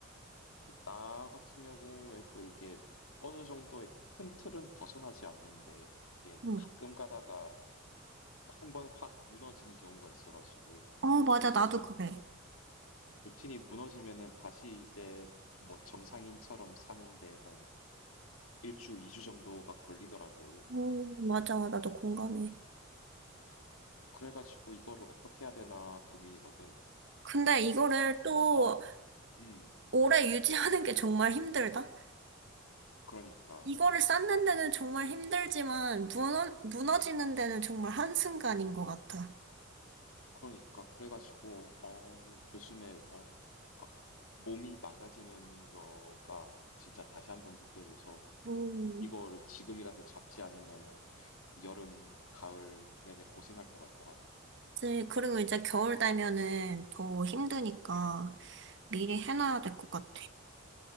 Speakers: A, on the left; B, on the right.
A: 그나 같은 경우에 또 이게 어느 정도의 큰 틀은 벗어나지 않는데 이게
B: 응.
A: 가끔 가다가 한 번 확 무너지는 경우가 있어가지고 근데
B: 어, 맞아.
A: 또 이제
B: 나도
A: 그 루-
B: 그래.
A: 어, 루틴이 무너지면은 다시 이제 뭐 정상인처럼 사는데 한 일주, 이주 정도가 걸리더라고.
B: 음, 맞아. 나도 공감해.
A: 음. 그래가지고 이거를 어떻게 해야 되나 고민이거든.
B: 근데 이거를
A: 아,
B: 또
A: 어, 어, 음,
B: 오래 유지하는 게 정말 힘들다.
A: 그러니까,
B: 이거를 쌓는 데는 정말 힘들지만, 무너, 무너지는
A: 음,
B: 데는 정말 한순간인 것 같아.
A: 그러니까 그래가지고 어, 요즘에 어, 막 몸이 망가지는 거가 진짜 다시 한번 느껴져서
B: 음.
A: 이거를 지금이라도 잡지 않으면은 여름, 가을 내내 고생할 것 같더라고.
B: 이제 그리고 이제 겨울 되면은 더 힘드니까 미리
A: 그치.
B: 해놔야 될 것 같아.